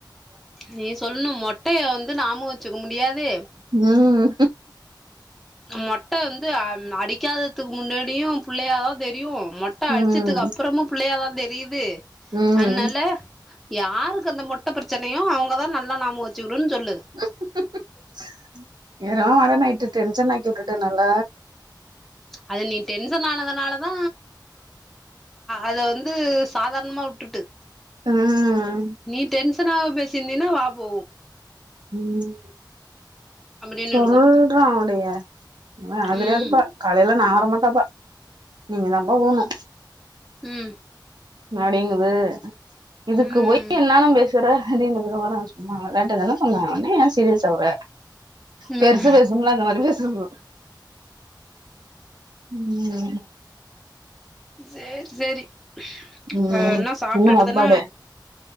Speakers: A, in the centre; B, on the right (about 65°).
A: நீ சொல்ணு மொட்டய வந்து நாமோ வெச்சுக்க முடியாது
B: ம்
A: மொட்ட வந்து அ ம் அடிக்காததுக்கு முன்னாடியு புள்ளயாதா தெரியு மொட்ட அடிச்சதுக்கப்
B: ம்
A: றோமு புள்ளயாதாந் தெரிது
B: ம்
A: அந்னால யாருக்கு அந்த மொட்ட பிரச்ச னயோ அவுங்கதா நல்லா நாமோ வெச்சுகிடுனு சொல்லு
B: <unintelligible> நைட்டு டென்ஷன் ஆக்கி விட்டுட்டனல்ல
A: அது நீ டென்சன் ஆனதுனாலதா அத வந்து சாதாரணமா விட்டுட்டு
B: ம்
A: நீ டென்சனாவ பேசிருந்தீனா வா போவு
B: ம்
A: அப்படின்னு
B: சொல்றான்
A: இருக்கு
B: அப்டியே <unintelligible>
A: ம்
B: காலைல நா வரமாட்டப்பா நீங்க தாப்பா போணு
A: ம்
B: அப்டிங்குது இதுக்கு
A: ம்
B: போய் என்னாலும் பே சற அப்டின்னதுக்கப்றோ சொன்னாங்க ஏன்ட்டதான சொன்னாங்க ஒடனே ஏன் சீரியஸ் ஆவ்ர
A: ம்
B: பெருசு பேசுமல்ல அந்த மாரி பேசனுமா ம்
A: சேர் சேரி
B: ம்
A: இப்ப என்ன சாப்ட்டுட்டுதான
B: சாப்பாடு